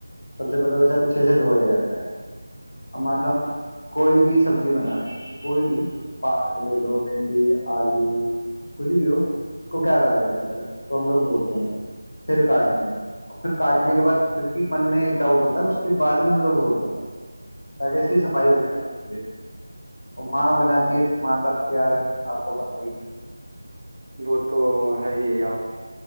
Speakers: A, on the left; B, on the right.
A: سب سے پہلے اسے اچھے سے دھویا جات ہے ہاں ہمار لوگ کوئی بھی سبزی بنا رہے کوئی بھی پالک لے لو بھنڈی آلو کچھ بھی ہو کو کیا کرا جاتا ہے پہلے اس کو ہم لوگ دھوتے ہیں پھر کاٹتے ہیں ھر کاٹنے کے بد پھر من میں ایک ڈاؤٹ ہوتا ہے اس کے بع بھی ہم لوگ دھوتے ہیں تاکہ اس کی صفائی ہو جائےے اور ماں بناتی ہے تو ماں کا د یار آپ کو پت ہی ہے
B: وہ تو ہے ہی آپ